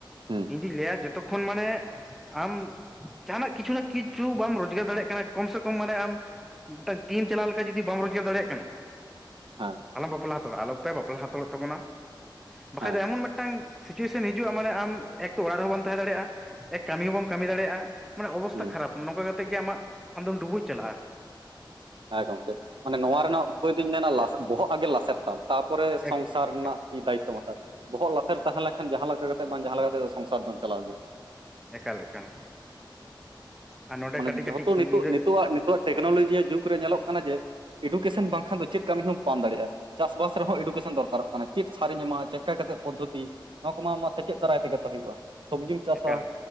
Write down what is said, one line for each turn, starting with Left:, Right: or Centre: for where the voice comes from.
Right: ᱦᱩᱸ
Centre: ᱤᱧ ᱫᱩᱧ ᱞᱟᱹᱭᱟ ᱡᱚᱛᱚᱠᱠᱷᱚᱱ ᱢᱟᱱᱮ ᱟᱢ ᱡᱟᱦᱟᱱᱟᱜ ᱠᱤᱪᱷᱩ ᱱᱟ, ᱠᱤᱪᱷᱩ ᱵᱟᱢ ᱨᱳᱡᱽᱜᱟᱨ ᱫᱟᱲᱮᱜ ᱠᱟᱱᱟ ᱠᱚᱢ ᱥᱮ ᱠᱚᱢ ᱢᱟᱱᱮ ᱟᱢ ᱢᱤᱴᱟ ᱫᱤᱱ ᱪᱟᱞᱟᱣ ᱞᱮᱠᱟ ᱡᱩᱫᱤ ᱵᱟᱢ ᱨᱳᱡᱽᱜᱟᱨ ᱫᱟᱲᱮᱭᱟᱜ ᱠᱟᱱᱟ!
Right: ᱟᱨ
Centre: ᱟᱞᱚᱢ 'ᱵᱟᱯᱞᱟ' ᱦᱟᱛᱟᱲᱚᱜᱼᱟ, ᱟᱞᱚᱯᱮ 'ᱵᱟᱯᱞᱟ' ᱦᱟᱛᱟᱲᱚᱜ ᱛᱟᱵᱚᱱᱟ᱾ ᱵᱟᱠᱷᱟᱡ
Right: ᱦᱮᱸ
Centre: ᱫᱚ ᱮᱢᱚᱱ ᱢᱮᱜᱴᱟᱝ ᱥᱤᱪᱩᱭᱮᱥᱚᱱ ᱦᱤᱡᱩᱜᱼᱟ, ᱢᱟᱱᱮ ᱟᱢ ᱮᱠ ᱛᱚ ᱚᱲᱟᱜ ᱦᱚᱸ ᱵᱟᱢ ᱛᱟᱦᱮᱸ ᱫᱟᱲᱮᱭᱟᱜᱼᱟ, ᱮᱠ ᱠᱟᱢᱤ ᱦᱚᱸ ᱵᱟᱢ ᱠᱟᱹᱢᱤ ᱫᱟᱲᱮᱭᱟᱜᱼᱟ᱾ ᱢᱟᱱᱮ ᱦᱚᱵᱚᱥᱛᱷᱟ
Right: ᱦᱩᱸ
Centre: ᱠᱷᱟᱨᱟᱯ, ᱱᱚᱝᱠᱟ ᱠᱟᱛᱮᱜ ᱜᱮ ᱟᱢᱟᱜ ᱟᱢᱫᱚᱢ ᱰᱩᱵᱩᱡ ᱪᱟᱞᱟ ᱟᱨ
Right: ᱦᱮᱸ ᱜᱚᱝᱠᱮ, ᱢᱟᱱᱮ ᱱᱚᱣᱟ ᱨᱮᱱᱟᱜ ᱩᱯᱟᱹᱭ ᱫᱩᱧ ᱢᱮᱱᱟ ᱞᱟᱥ ᱵᱚᱦᱚᱜ ᱟᱜᱮ ᱞᱟᱥᱮᱨ ᱛᱟᱢ᱾ ᱛᱟᱯᱚᱨᱮ ᱥᱚᱝᱥᱟᱨ
Centre: ᱮᱠ ᱮᱠᱟᱞ
Right: ᱱᱟᱜ ᱫᱟᱭᱤᱛᱛᱚᱢᱚ ᱟ ᱵᱚᱦᱚᱜ ᱞᱟᱥᱮᱨ ᱛᱟᱦᱮᱸ ᱞᱮᱝᱠᱷᱟᱱ ᱡᱟᱦᱟᱸ ᱞᱮᱠᱟ ᱠᱟᱛᱮᱜ ᱵᱟᱝ ᱡᱟᱦᱟ ᱞᱮᱠᱟ ᱠᱟᱛᱮᱫ ᱫᱚ ᱥᱚᱝᱥᱟᱨ ᱫᱚᱢ ᱪᱟᱞᱟᱣ ᱜᱮᱭᱟ᱾
Centre: ᱮᱠᱟᱞ, ᱮᱠᱟᱞ᱾ ᱟᱨ ᱱᱚᱰᱮ
Right: ᱢᱟᱱᱮ
Centre: ᱠᱟᱹᱴᱤᱡ
Right: ᱡᱷᱚᱛᱚ
Centre: ᱠᱟᱹᱴᱤᱡ ᱠᱩᱲᱤ
Right: ᱱᱤᱛᱚᱜ,
Centre: ᱜᱤᱫᱽᱨᱟᱹ
Right: ᱱᱤᱛᱚᱣᱟᱜ ᱱᱤᱛᱚᱜ ᱴᱮᱠᱱᱳᱞᱚᱡᱤᱣ ᱡᱩᱜᱽ ᱨᱮ ᱧᱮᱞᱚᱜ ᱠᱟᱱᱟ ᱡᱮ 'ᱮᱰᱩᱠᱮᱥᱮᱱ' ᱵᱟᱝᱠᱷᱟᱱ ᱫᱚ ᱪᱮᱫ ᱠᱟᱹᱢᱤ ᱦᱚᱸ ᱵᱟᱢ ᱫᱟᱲᱮᱜᱼᱟ᱾ ᱪᱟᱥ-ᱵᱟᱥ ᱨᱮᱦᱚᱸ ᱮᱰᱩᱠᱮᱥᱮᱱ ᱫᱚᱨᱠᱟᱨᱚᱜ ᱠᱟᱱᱟ᱾ ᱪᱮᱫ ᱥᱟᱨᱤᱧ ᱮᱢᱟ, ᱪᱮᱠᱠᱟ ᱠᱟᱛᱮᱜ ᱯᱚᱫᱽᱫᱷᱚᱛᱤ? ᱱᱚᱣᱟ ᱠᱚᱢᱟ ᱟᱢᱟᱜ ᱥᱮᱪᱮᱫ ᱫᱟᱨᱟᱭ ᱛᱮᱜᱮ ᱛᱚ ᱦᱳᱭᱳᱜᱼᱟ᱾ ᱥᱚᱵᱽᱡᱤᱢ ᱪᱟᱥᱟ
Centre: ᱮᱠᱟᱞ